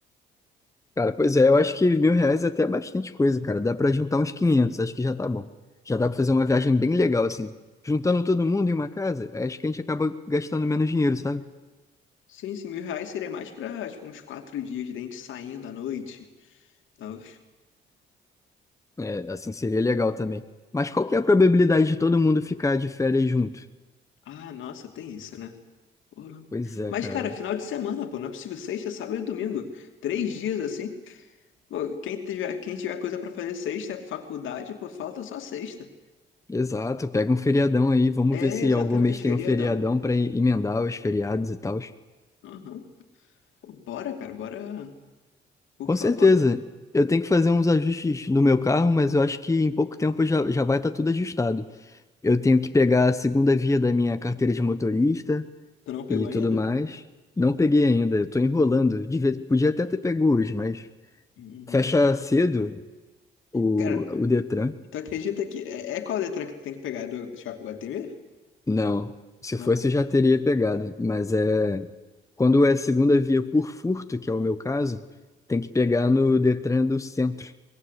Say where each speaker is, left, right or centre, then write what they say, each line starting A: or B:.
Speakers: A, on the left; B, on the left.
A: Cara, pois é, eu acho que mil reais é até bastante coisa, cara. Dá pra juntar uns 500 acho que já tá bom. Já dá pra fazer uma viagem bem legal, assim. Juntando todo mundo em uma casa, acho que a gente acaba gastando menos dinheiro, sabe?
B: Sim, sim, mil reais seria mais pra, tipo, uns quatro dias, dente saindo à noite, tal.
A: É, assim, seria legal também. Mas qual que é a probabilidade de todo mundo ficar de férias junto?
B: Ah, nossa, tem isso, né? Porra.
A: Pois é,
B: Mas,
A: cara.
B: cara, final de semana, pô, não é possível sexta, sábado e domingo. Três dias assim. Pô, quem tiver, quem tiver coisa pra fazer sexta, é faculdade, pô, falta só sexta.
A: Exato, pega um feriadão aí, vamos
B: É,
A: ver se
B: exatamente,
A: algum mês tem
B: feriadão.
A: um feriadão pra emendar os feriados e tal.
B: Aham. Pô, bora, cara, bora. Por
A: Com
B: favor.
A: certeza. Eu tenho que fazer uns ajustes no meu carro, mas eu acho que em pouco tempo já, já vai estar tudo ajustado. Eu tenho que pegar a segunda via da minha carteira de motorista
B: Tu não pegou
A: e
B: ainda?
A: tudo mais. Não peguei ainda, eu tô enrolando. Devia- podia até ter pego hoje, mas
B: Uhum.
A: fecha cedo o,
B: Cara,
A: o Detran.
B: tu acredita que. É, é qual letra que tu tem que pegar? É do Shopping Guatemi?
A: Não, se
B: Não?
A: fosse eu já teria pegado, mas é quando é segunda via por furto, que é o meu caso, tem que pegar no Detran do centro.